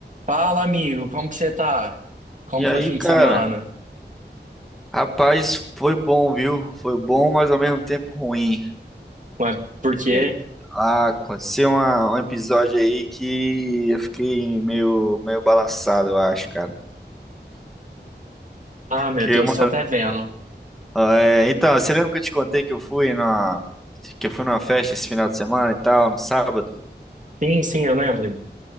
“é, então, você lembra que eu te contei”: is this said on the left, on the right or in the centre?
Centre